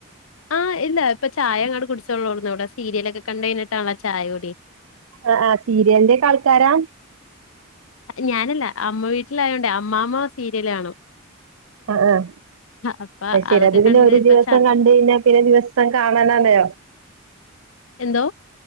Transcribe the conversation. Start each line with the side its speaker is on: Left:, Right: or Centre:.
Left: ആഹ് ഇല്ല ഇപ്പം ചായ അങ്ങാട് കുടിച്ചോള്ളൂന്നൂ ഇവിടെ സീരിയലൊക്കെ കണ്ടഴിഞ്ഞിട്ടാണല്ലോ ചായ കൂടി
Right: ആഹ് ആഹ് സീരിയലിന്റെ ഒക്കെആൾക്കാരാ
Left: ഞാനല്ല അമ്മ വീട്ടിലായോണ്ടേ അമ്മ്മ സീരിയല് കാണും
Right: ആഹ് ആഹ്
Left: അപ്പൊ
Right: അയ്ശെരി
Left: അതൊക്കെ
Right: അത് പിന്നെ
Left: കണ്ട്
Right: ഒരു
Left: ഇപ്പ
Right: ദിവസം
Left: ച
Right: കണ്ട് കയിഞ്ഞ പിന്നെ ദിവസം കാണാനാണോ
Left: എന്തോ